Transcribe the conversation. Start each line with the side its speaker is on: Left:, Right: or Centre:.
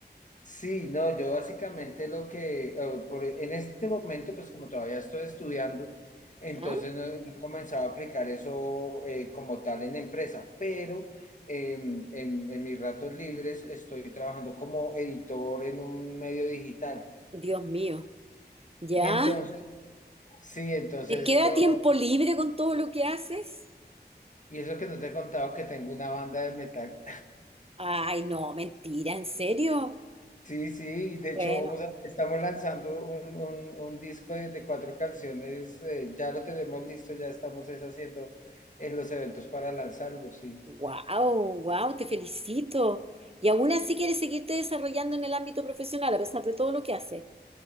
Left: Sí, no, yo básicamente lo que, eh, por- e, en este momento, pues como todavía estoy estudiando, entonces
Right: ¿Ya?
Left: no, no he comenzado a aplicar eso eh, como tal en empresa, pero em, en, en mis ratos libres estoy trabajando como editor en un medio digital.
Right: Dios mío. ¿Ya?
Left: Y entonces, sí, entonces
Right: ¿Te queda
Left: lo,
Right: tiempo libre con todo lo que haces?
Left: y eso que no te he contado que tengo una banda de metal.
Right: Ay, no, mentira, ¿en serio?
Left: Sí, sí, de
Right: Bueno,
Left: hecho vamos a- estamos lanzando un, un- un disco de, de cuatro canciones, eh, ya lo tenemos listo, ya estamos es haciendo en los eventos para lanzarlo, sí.
Right: wow, wow, te felicito. Y aún así quieres seguirte desarrollando en el ámbito profesional a pesar de todo lo que haces.